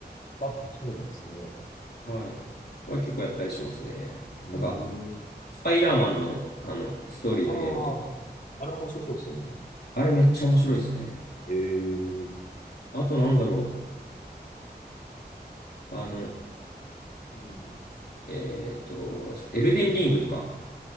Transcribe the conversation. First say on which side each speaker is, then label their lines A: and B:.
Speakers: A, on the left (about 50°); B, on the left (about 65°).
A: あ、そうなんですね。
B: はい、は結構やったりしますね。
A: うー
B: なんか、
A: ん。
B: スパイダーマンの、あの、ストーリーのゲームとか、
A: ああ、あれは面白そうですよね。
B: あれめっちゃ面白いですね。
A: ええ、いい
B: あとなんだろ
A: ですよね。
B: う。あの、
A: うん。
B: えっと、エルデンリングとか、